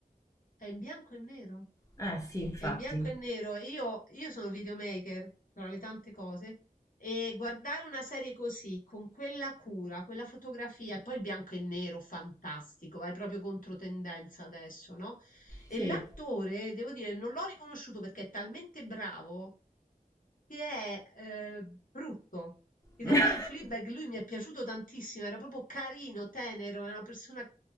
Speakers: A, on the left; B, on the left.
A: è in bianco e nero.
B: Eh sì, infatti.
A: È in bianco e nero. e Io, io sono videomaker, tra le tante cose, e guardare una serie così, con quella cura, quella fotografia, e poi il bianco e nero, fantastico, vai proprio contro tendenza adesso, no? E
B: Sì.
A: l'attore, devo dire, non l'ho riconosciuto perché è talmente bravo che è eh, brutto. In
B: <laughs>
A: realtà in Fleabag lui mi è piaciuto tantissimo, era proprio carino, tenero, è una persona